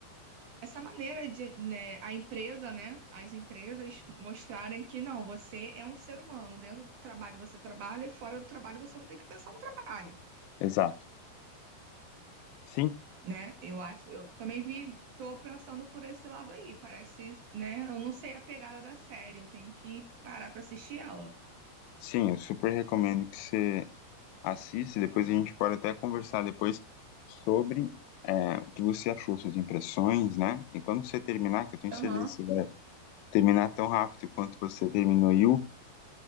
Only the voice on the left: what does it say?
exato. Sim,
sim, eu super recomendo que você Assiste, depois a gente pode até conversar depois sobre é, o que você achou, suas impressões, né? E quando você terminar, que eu tenho
certeza que você vai terminar tão rápido quanto você terminou e o